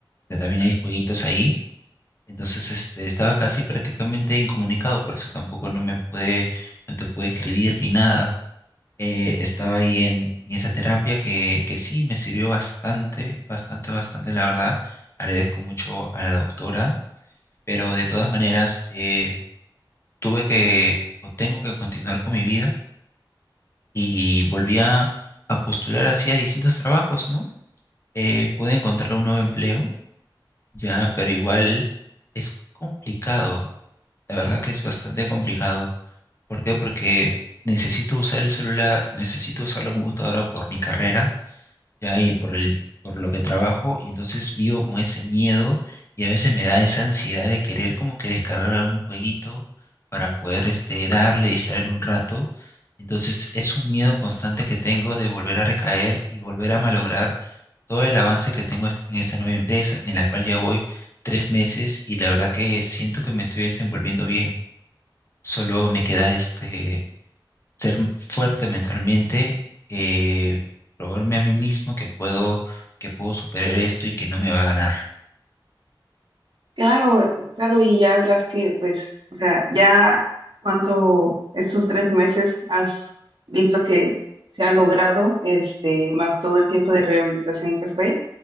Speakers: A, on the left; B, on the right.
A: ya también hay jueguitos ahí. Entonces, este, estaba casi prácticamente incomunicado, por eso tampoco no me pude, no te pude escribir ni nada. Eh, estaba ahí en, en esa terapia que, que sí me sirvió bastante, bastante, bastante, la verdad. Agradezco mucho a la doctora, pero de todas maneras, eh, tuve que o tengo que continuar con mi vida y volví a, a postular así a distintos trabajos, ¿no? Eh, pude encontrar un nuevo empleo, ya, pero igual es complicado. La verdad que es bastante complicado. ¿Por qué? Porque necesito usar el celular, necesito usar la computadora por mi carrera ya y por el, por lo que trabajo, y entonces vivo con ese miedo y a veces me da esa ansiedad de querer como que descargar algún jueguito para poder este, darle, distraerme un rato. Entonces es un miedo constante que tengo de volver a recaer y volver a malograr todo el avance que tengo est- en esta nueva empresa, en la cual ya voy tres meses y la verdad que siento que me estoy desenvolviendo bien. Solo me queda este ser fuerte mentalmente, eh, probarme a mí mismo que puedo, que puedo superar esto y que no me va a ganar.
B: Claro, claro, y ya verás que, pues, o sea, ya cuánto estos tres meses has visto que se ha logrado, este, más todo el tiempo de rehabilitación que fue.